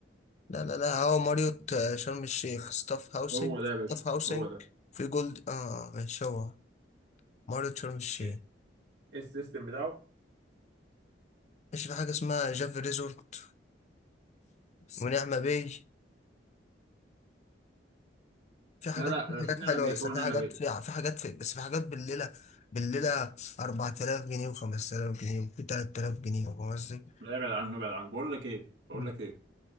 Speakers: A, on the left (about 40°); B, on the right (about 80°).
A: لا لا لا هو ماريوت آه، شرم الشيخ ستاف هاوسنج
B: هو ده يا باشا
A: ستاف هاوسنج
B: هو ده
A: في جولد اه ماشي هو ماريوت شرم الشيخ
B: ايه إيه السيستم بتاعه
A: ماشي في حاجة اسمها جافي ريزورت ونعمة باي في حاجات
B: لا لا
A: في
B: آه، شوف
A: حاجات
B: نعمة
A: حلوة
B: بيه
A: بس
B: هو
A: في
B: نعمة
A: حاجات
B: بيه
A: في في حاجات في بس في حاجات بالليلة بالليلة 4000 جنيه و5000 جنيه وفي 3000 جنيه فاهم قصدي؟
B: لا ابعد عنه ابعد عنه بقول لك ايه بقول
A: مم.
B: لك ايه